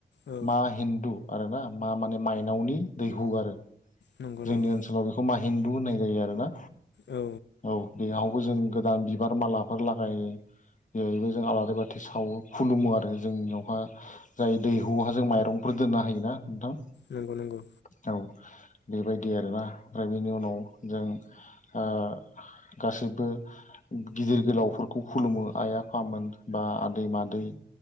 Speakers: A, on the left (about 80°); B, on the left (about 45°).
A: औ
B: मा हिन्दु आरो ना मा माने माइनावनि दैहु आरो।
A: नंगौ
B: जोंनि
A: नंगौ
B: ओनसोलाव बेखौ मा होननाय जायो आरोना।
A: औ
B: औ बेयाव। बो जों गोदान बिबार मालाफोर लागायो बेहाय जों आलारि बाथि सावो खुलुमो आरो जोंनियावहा जाय दैहुहा जों माइरंफोर दोननो हायोना। नोंथां
A: नंगौ नंगौ
B: औ। बेबायदि आरोना ओमफ्राय बेनि उनाव जों ओ गासैबो गिदिर गोलावफोरखौ खुलुमो आइ आफामोन बा आदै मादै